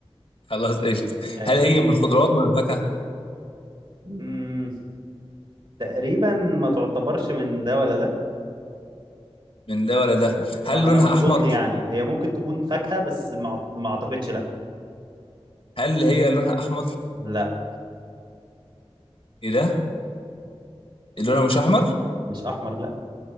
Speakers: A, on the left; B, on the right.
A: خلاص قشطة
B: ماشي
A: هل هي من الخضروات ولا من الفاكهة
B: مم، تقريبا ما تعتبرش من ده ولا ده
A: من ده ولا ده
B: ما-
A: هل
B: على
A: لونها
B: ما
A: أحمر
B: اظن يعني هي ممكن تكون فاكهة بس ما أعت- ما اعتقدش لا
A: هل هي لونها أحمر
B: لا
A: إيه ده إيه لونها مش أحمر
B: مش احمر لا